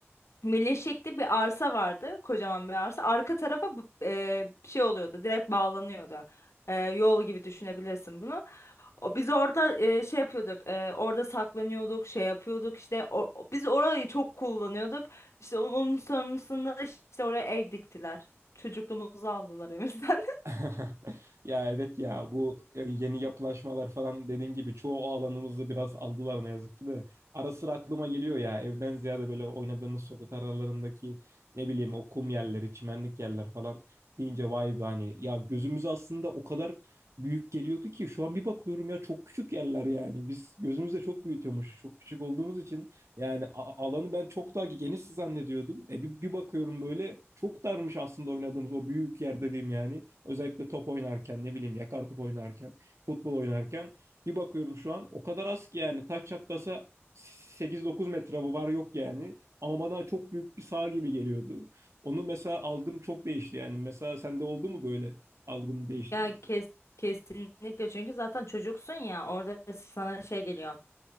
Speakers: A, on the left; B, on the right.
A: Melekşek'te bir arsa vardı. Kocaman bir arsa. Arka tarafa bu- e, şey oluyordu. Direkt bağlanıyordu. E, yol gibi düşünebilirsin bunu. O, biz orada e, şey yapıyorduk. e, orada saklanıyorduk. Şey yapıyorduk. İşte o- o- biz orayı çok kullanıyorduk. İşte on- onun sonrasında işte oraya ev diktiler. Çocukluğumuzu aldılar evimizden. <laughs>
B: <laughs> Ya evet ya bu e, yeni yapılaşmalar falan dediğin gibi çoğu alanımızı biraz aldılar ne yazık ki de. Ara sıra aklıma geliyor ya evden ziyade böyle oynadığımız sokak aralarındaki ne bileyim o kum yerleri, çimenlik yerler falan deyince vay be hani ya gözümüz aslında o kadar büyük geliyordu ki şu an bir bakıyorum ya çok küçük yerler yani. Biz gözümüzde çok büyütüyormuş. Çok küçük olduğumuz için yani a- alanı ben çok daha geniş zannediyordum. E bir, bir bakıyorum böyle çok darmış aslında oynadığımız o büyük yer dediğim yani. Özellikle top oynarken ne bileyim yakar top oynarken, futbol oynarken bir bakıyorum şu an o kadar az ki yani taç çatlasa 8-9 metre bu var yok yani. Ama bana çok büyük bir sağ gibi geliyordu. Onu mesela algım çok değişti yani. Mesela sende oldu mu böyle algın değişti?
A: Ya kes, kesinlikle çünkü zaten çocuksun ya orada sana şey geliyor.